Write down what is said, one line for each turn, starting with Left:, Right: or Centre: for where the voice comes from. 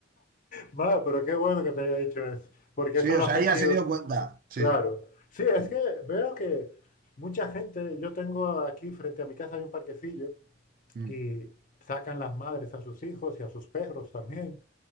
Left: Madre, pero qué bueno que te haya dicho eso, porque
Right: Sí,
Left: eso
Right: o
Left: lo
Right: sea,
Left: ha sentido,
Right: ella se dio cuenta. Sí.
Left: claro. Sí, es
Right: Mm,
Left: que veo que mucha gente, yo tengo aquí frente a mi casa hay un parquecillo
Right: mm,
Left: y sacan las madres a sus hijos y a sus perros también